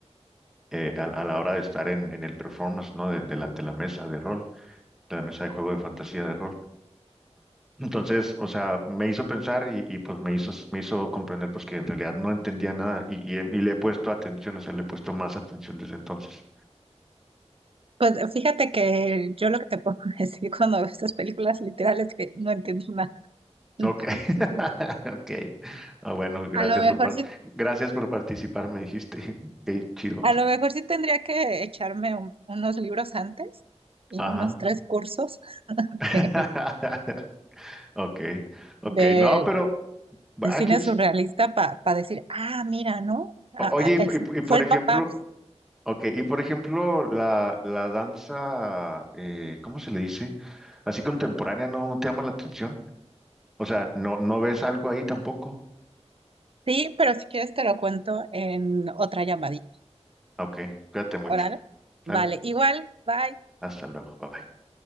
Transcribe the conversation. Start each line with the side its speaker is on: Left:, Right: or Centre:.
Centre: eh, a, a la hora de estar en, en el performance, ¿no? De, de la, de la mesa de rol, de la mesa de juego de fantasía de rol. Entonces, o sea, me hizo pensar y, y, pues me hizo, me hizo comprender pues que en realidad no entendía nada y, y, he- y le he puesto atención, o sea, le he puesto más atención desde entonces.
Right: Pues fíjate que yo lo que te puedo <laughs> decir cuando veo estas películas literales es que no entiendo nada. Entonces,
Centre: Ok, <laughs> ok. Ah, bueno, gracias
Right: a lo mejor
Centre: por, par-
Right: sí,
Centre: gracias por participar, me dijiste. <laughs> Ok, chido.
Right: a lo mejor sí tendría que echarme un- unos libros antes y
Centre: Ajá.
Right: unos tres cursos <laughs>
Centre: <laughs>
Right: de,
Centre: Ok, ok.
Right: de-
Centre: No, pero, va,
Right: de cine
Centre: ¿quién s-
Right: surrealista para decir, ah, mira, ¿no? Ah,
Centre: o- Oye,
Right: ah,
Centre: y,
Right: es-
Centre: p- y p- y por
Right: fue el
Centre: ejemplo,
Right: papá.
Centre: ok, y por ejemplo, la, la danza, eh, ¿cómo se le dice? Así contemporánea, ¿no, no te llama la atención? O sea, ¿no, no ves algo ahí tampoco?
Right: Sí, pero si quieres te lo cuento en otra llamadita.
Centre: Ok, cuídate mucho.
Right: Órale. Vale,
Centre: Sale,
Right: igual, bye.
Centre: hasta luego. Bye bye.